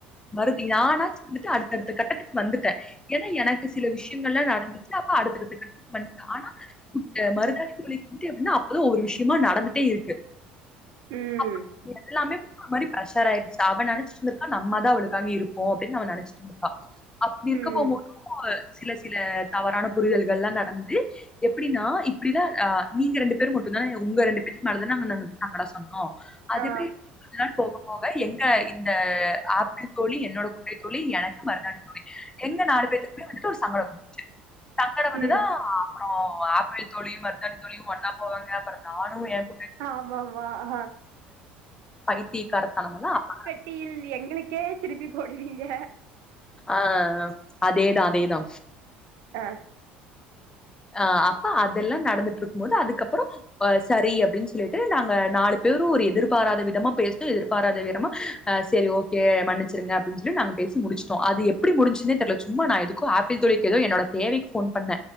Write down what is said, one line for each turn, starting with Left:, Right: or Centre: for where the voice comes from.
Left: வருதி நானாச்சு வந்துட்டு அடுத்தடுத்த கட்டத்துக் வந்துட்டே ஏனா எனக்கு சில விஷயங்கள்லா நடந்துச்சு அப்ப அடுத்தடுத்து கட்டத்துக் வந்ட்டே ஆனா குட்ட மருதாணி தோழிக்கு வந்ட்டு எப்டின்னா அப்பதா ஒவ்ரு விஷயமா நடந்துட்டே இருக்கு
Right: ம்
Left: அப்ப எல்லாமே <unintelligible> மாரி ப்ரஷர் ஆயிச்சு அவ நெனச்சிட்ருந்திருக்கா நம்மதா அவளுக்காக இருக்கோ அப் டினு அவ நெனைச்ட்டு இருந்துர்க்கா அப்டி இருக்க
Right: ம்
Left: போம்போ <unintelligible> சில சில தவறான புரிதல்கள்லா நடந்து எப்டின்னா இப்டிதா அ நீங்க ரண்டு பேரு மட்டுந்தா எ உங்க ரண்டு பேத்துக்கு நல்லதான நாங்க நாங்களா சொன்னோ அது
Right: ஆ
Left: எப்டி கொஞ்ச நாள் போக போக எங்க இந்த ஆப்பிள் தோழி என்னோட தோழி எனக்கு மருதாணி தோழி எங்க நாலு பேத்துக்குமெ வந்துட்டு ஒரு சங்கட வந்துச்சி சங்கட வந்துதா
Right: ம்
Left: அப்றோ ஆப்பிள் தோழியு மருதாணி தொழியு ஒன்னா போவாங்க அப்ற நானு என்கூ
Right: ஆமாமா ஆ
Left: பைத்திய காரத்தனம்லா <unintelligible>
Right: ட்டியில் எங்களுக்கே திருப்பி போடுவீங்க
Left: ஆ அதேதா அதேதா
Right: ஆ
Left: ஆ அப்ப அதெல்லா நடந்துட்டு இருக்கு போது அதுக்கப்றோ அ சரி அப்டின்னு சொல்லிட்டு நாங்க நாலு பேரு ஒரு எதிர்பாராத விதமா பேசினோ எதிர்பாராத விரமா அ சரி ஓகே மன்னிச்சுருங்க அப்டின் சொல்லி நாங்க பேசி முடிச்ட்டோ அது எப்டி முடிஞ்ச்சுன்னே தெர்ல சும்மா நா எது க்கோ ஆப்பிள் தோழிக்கு எதோ என்னோட தேவைக்கு ஃபோன் பண்ண